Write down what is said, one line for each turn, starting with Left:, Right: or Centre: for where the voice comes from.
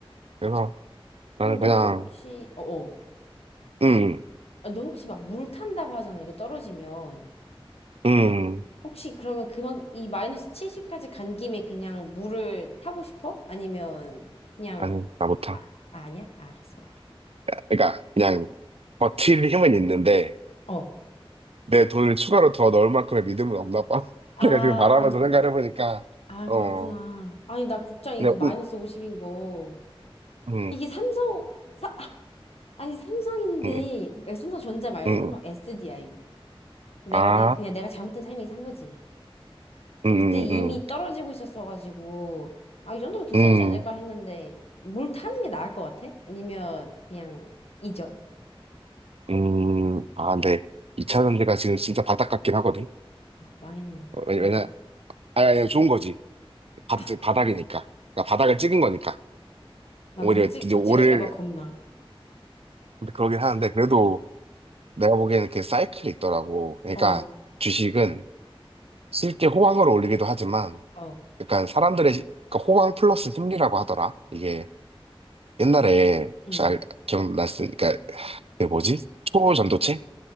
Right: 그래서 나는
Left: 그럼
Right: 그냥,
Left: 너 혹시 어어.
Right: 음,
Left: 아, 너 혹시 막 물 탄다고 하잖아. 이거 떨어지면.
Right: 음,
Left: 혹시 그러면 그만, 이 마이너스 70까지 간 김에 그냥 물을 타고 싶어? 아니면 그냥,
Right: 아니, 나 못함.
Left: 아, 아, 아니야? 아, 알았어.
Right: 그러니까 그냥 버틸 힘은 있는데,
Left: 어.
Right: 내 돈을 추가로 더 넣을 만큼의 믿음은 없나 봐. <laughs>
Left: 아,
Right: 내가 지금 말하면서 생각해보니까,
Left: 아,
Right: 어,
Left: 그렇구나. 아니, 나 국장 이거
Right: 그
Left: 마이너스 50인 거.
Right: 응,
Left: 이게 삼성, 사, 아니, 삼성인데,
Right: 응, 응,
Left: 아니, 삼성전자 말고
Right: 응.
Left: 삼성 SDI. 내가,
Right: 아,
Left: 아니, 그냥 내가 잘못된 삶이 산 거지.
Right: 응,
Left: 그때 이미
Right: 응,
Left: 떨어지고 있었어가지고, 아, 이 정도면 괜찮지
Right: 응,
Left: 않을까 했는데, 물 타는 게 나을 것 같아? 아니면 그냥 잊어?
Right: 응, 응. 아, 네. 2차 전지가 지금 진짜 바닥 같긴 하거든.
Left: 아, 망했네.
Right: 어, 왜냐,
Left: 어.
Right: 왜냐- 아니, 아니, 좋은 거지. 바,
Left: 아, 그,
Right: 바닥이니까. 그러니까 바닥을 찍은 거니까.
Left: 난더
Right: 오히려
Left: 찍,
Right: 이제
Left: 더
Right: 오를,
Left: 찍을까 봐 겁나.
Right: 근데 그러긴 하는데, 그래도 내가 보기에는 그 사이클이 있더라고. 그러니까
Left: 어,
Right: 주식은 실제 호황을 올리기도 하지만,
Left: 어,
Right: 약간 사람들의 시- 그러니까 호강 플러스 심리라고 하더라. 이게 옛날에
Left: 응,
Right: 혹시 알, 기억났으니까 그러니까 그게 뭐지? 초전도체?